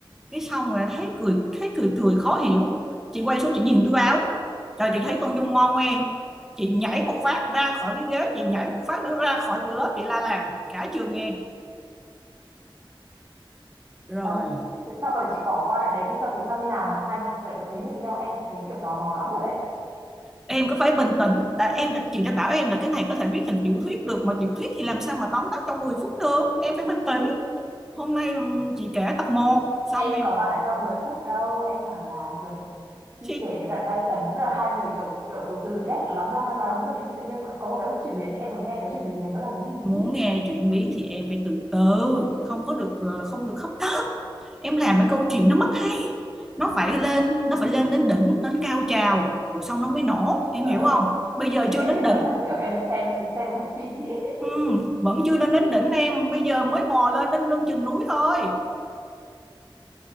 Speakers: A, in the centre; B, on the right.
A: cái xong rồi thấy cười thấy cười cười khó hiểu chị quay xuống chị nhìn túi áo trời chị thấy con Dung ngon ngoe chị nhảy một phát ra khỏi cái ghế chị nhảy một phát nữa ra khỏi cửa lớp chị la làng cả trường nghe rồi
B: thân thế xong rồi chị bỏ qua đoạn đấy đi xong vì sao như nào mà hai người lại có thể đến được với nhau em thấy kiểu tò mò lắm rồi đấy
A: em cứ phải bình tĩnh đã em chị đã bảo em là cái này có thể viết thành tiểu thuyết được mà tiểu thuyết thì làm sao mà tóm tắt trong 10 phút được em phải bình tĩnh Hôm nay ừm, chị kể tập một xong
B: em
A: em
B: có bảo là trong 10 phút đâu em bảo là kiểu chị
A: thì
B: kể đến đoạn tay cấn là hai người kiểu kiểu từ ghét lắm lắm lắm lắm lắm rồi tự nhiên tự nhiên có một cái chuyển biến em muốn nghe cái chuyển biến này nó là cái gì
A: muốn
B: ý
A: nghe chuyển biến thì em phải từ từ, không có được ờ, không được hấp tấp. Em làm cái câu chuyện nó mất hấp, nó phải lên, nó phải lên đến đỉnh, đến cao trào rồi xong nó mới nổ, em
B: trời
A: hiểu
B: ơi
A: không? Bây giờ
B: em,
A: chưa đến
B: em
A: đỉnh.
B: cảm giác như kiểu em được xem được xem một bộ phim ý <laughs>
A: Ừm, vẫn chưa đến đến đỉnh em, bây giờ mới bò lên đến lưng chừng núi thôi.